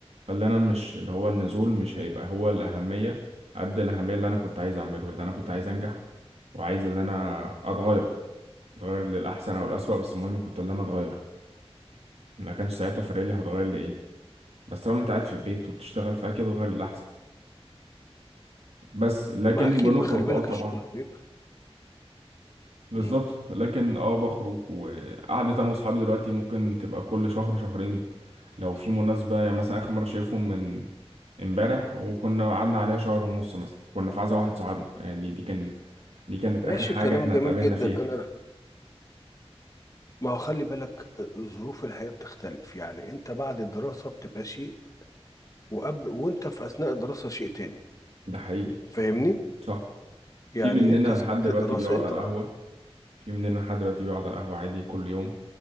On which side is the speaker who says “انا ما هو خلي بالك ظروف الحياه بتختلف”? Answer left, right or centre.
Left